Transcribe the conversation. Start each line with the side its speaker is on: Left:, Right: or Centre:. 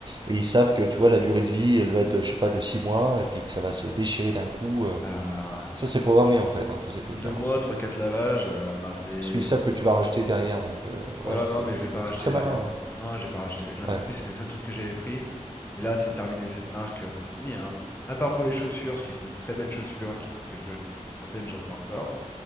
Right: et ils savent que, tu vois, la durée de vie, elle va être, je sais pas, de 6 mois et puis que ça va se déchirer d'un coup. euh.
Left: bah,
Right: Ça, c'est programmé en fait, hein, tous
Left: au
Right: ces
Left: bout
Right: trucs-là.
Left: de deux mois,
Right: hein.
Left: trois, quatre lavages, euh, bah c'est,
Right: Parce qu'ils savent
Left: c'est-
Right: que tu vas racheter derrière. Donc, euh,
Left: Voilà,
Right: ouais, c'est
Left: non, mais je vais pas racheter
Right: c'est très
Left: derrière.
Right: malin. hein.
Left: Non, j'ai pas racheté. J'en-
Right: Ouais,
Left: En plus, c'est les seuls trucs que j'avais pris. Et là, c'est terminé cette marque, euh, c'est fini, hein. À part pour les chaussures, parce qu'ils font de très belles chaussures, qui, que je... certaines j'en ai encore.